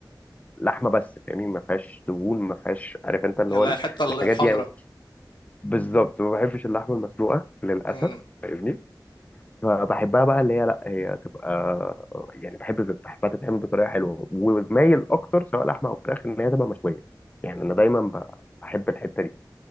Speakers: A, on the left; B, on the left.
A: لحمه بس فاهمني ما فيهاش دهون ما فيهاش عارف انت اللي
B: لا
A: هو ال-
B: الحته
A: الحاجات
B: الحمراء
A: دي يعني بالظبط ما بحبش اللحمه المسلوقه للاسف
B: مم،
A: فاهمني فبحبها بقى اللي هي لا هي تبقى يعني بحب بحبها تتعمل بطريقه حلوه ومايل اكتر سواء لحمه او فراخ ان هي تبقى مشويه يعني انا دايما ب- بحب الحته دي